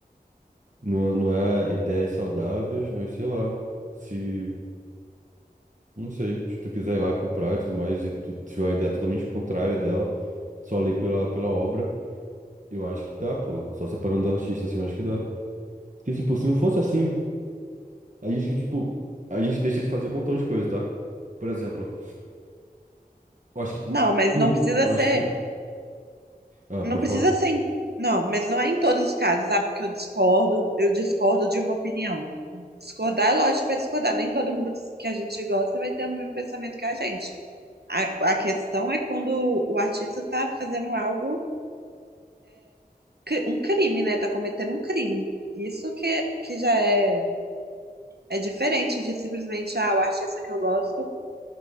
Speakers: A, on the right; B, on the right.
A: não, não é ideias saudáveis, mas sei lá. Se, não sei, se tu quiser ir lá comprar e tudo mais, e tu tiver uma ideia totalmente contrária dela, só ali pela, pela obra, eu acho que dá, pô. Só separando do artista, assim, eu acho que dá. Porque, tipo, se não fosse assim. A gente, tipo, a gente deixa de fazer um montão de coisa, tá? Por exemplo, eu acho que
B: Não, mas
A: tudo,
B: não precisa
A: eu
B: ser
A: acho que. Ah,
B: Não
A: pode
B: precisa
A: falar.
B: ser. em- Não, mas não é em todos os casos, sabe? Porque eu discordo, eu discordo de uma opinião. Discordar, é lógico que vai discordar. Nem todo mundo que a gente gosta vai ter o mesmo pensamento que a gente. A, a questão é quando o artista tá fazendo algo, cri- um crime, né? Tá cometendo um crime. Isso que, que já é, é diferente de simplesmente, ah, o artista que eu gosto